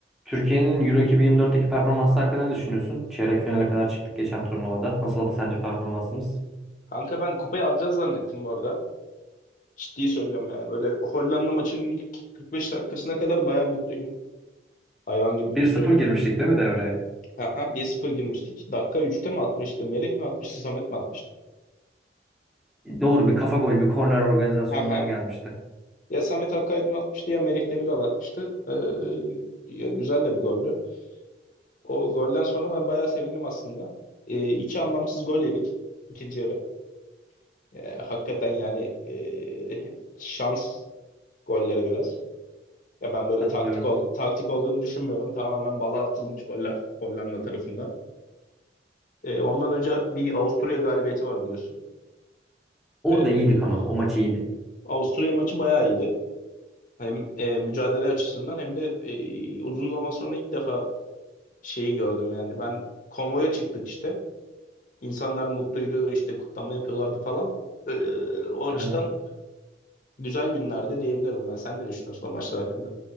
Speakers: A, in the centre; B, on the left.
A: Türkiye'nin Euro 2024'teki performansı hakkında ne düşünüyorsun? Çeyrek finale kadar çıktık geçen turnuvada. Nasıl oldu sence performansımız?
B: Kanka ben kupayı alacağız zannettim bu arada. Ciddi söylüyorum yani. Böyle Hollanda maçının ilk 45 dakikasına kadar baya mutluydum. Hayvan gibi mutluydum.
A: Bir sıfır girmiştik değil mi devreye?
B: Aha, 1-0 girmiştik. Dakika üçte mi atmıştı? Merih mi atmıştı? Samet mi atmıştı?
A: Doğru bir kafa golü bir korner organizasyondan
B: Aha.
A: gelmişti.
B: Ya Samet Akaydın atmıştı ya Merih Demiral atmıştı. Ee, ya güzel de bir goldü. O golden sonra ben bayağı sevindim aslında. Ee, iki anlamsız gol yedik ikinci yarı. Ee, hakikaten yani ee, şans golleri biraz. Ya ben böyle
A: Katılıyorum.
B: taktik ol- taktik olduğunu düşünmüyorum. Tamamen bala atılmış goller Hollanda tarafında. Ee, ondan önce bir Avusturya galibiyeti var biliyorsun.
A: Orada
B: Ee,
A: iyiydik ama o maç iyiydi.
B: Avusturya maçı bayağı iyiydi. Hem e, mücadele açısından hem de e, uzun zaman sonra ilk defa şeyi gördüm yani. Ben konvoya çıktık işte. İnsanlar mutluydu işte kutlama yapıyorlardı falan. Ee, o açıdan
A: Evet.
B: güzel günlerde diyebilirim ben. Sen ne düşünüyorsun o maçlar hakkında?